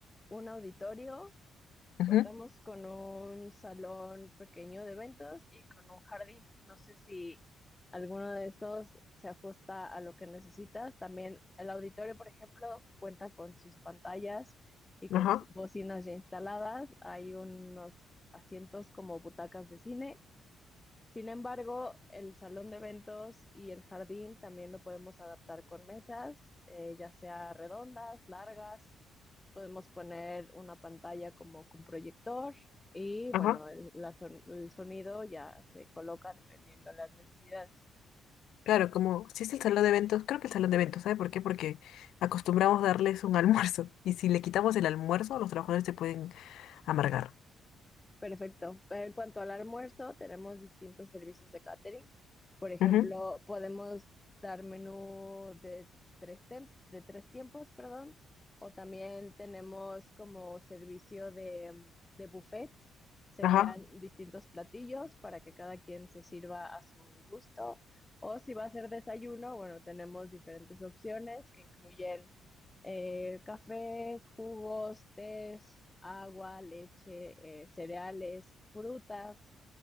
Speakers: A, on the left; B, on the left.
A: un auditorio
B: Ujú,
A: Contamos con un salón pequeño de eventos y con un jardín. No sé si alguno de estos se ajusta a lo que necesitas. También el auditorio, por ejemplo, cuenta con sus pantallas y con
B: Ajá,
A: sus bocinas ya instaladas. Hay unos asientos como butacas de cine sin embargo, el salón de eventos y el jardín también lo podemos adaptar con mesas, eh, ya sea redondas, largas. Podemos poner una pantalla como con proyector y bueno,
B: ajá.
A: el, la son- el sonido ya se coloca dependiendo de las necesidades.
B: Claro, como si es el salón de eventos, creo que el salón de eventos, ¿sabe por qué? Porque acostumbramos darles un <laughs> almuerzo y si le quitamos el almuerzo, los trabajadores se pueden amargar.
A: Perfecto. En cuanto al almuerzo, tenemos distintos servicios de catering. Por ejemplo,
B: Ujú,
A: podemos dar menú de tres, tem- de tres tiempos, perdón, o también tenemos como servicio de, de buffet. Serían
B: Ajá,
A: distintos platillos para que cada quien se sirva a su gusto. O si va a ser desayuno, bueno, tenemos diferentes opciones que incluyen eh, café, jugos, tés, agua, leche, eh, cereales, frutas,